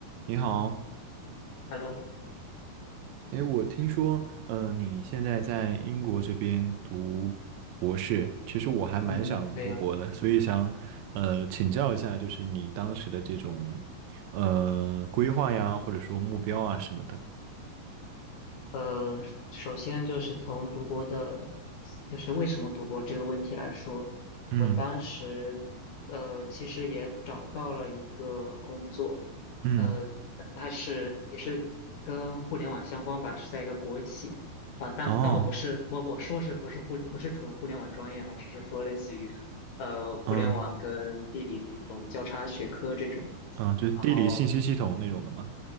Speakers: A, on the right; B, on the left.
A: 你好，
B: Hello，
A: 哎，我听说，呃，你现在在英国这边读博士，其实我还蛮想读博的，
B: 嗯，对呀，
A: 所以想，呃，请教一下，就是你当时的这种，呃，规划呀，或者说目标啊什么的。
B: 呃，首先就是从读博的，就是为什么读博这个问题来说，
A: 嗯
B: 我当时，呃，其实也找到了一个工作，
A: 嗯，
B: 呃，但它是也是跟互联网相关吧，是在一个国企，啊、但但我不是，
A: 哦，
B: 我我说是不是互不是纯互联网专业啊，只是说类似于，呃，互联网跟地理的一种交叉学科这种。
A: 嗯嗯，就是地理信息系统那种的嘛。
B: 然后